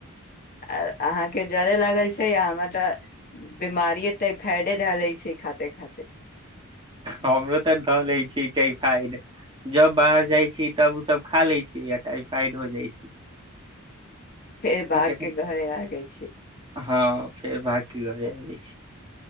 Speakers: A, on the left; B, on the right.
A: अहाँ के जरे लागल छै आ हमर त बीमारीे तऽ फैरे ध ले छै खाति तै खाति
B: हमरो तऽ दल छी फा जब बाहर जाई छी तब ओ सब खा ले छी य टाइफाइड हो जाई छ
A: फेर भागके
B: तऽ
A: घरे आगे छ
B: हँ फेर भातके घरे आ जाइ छ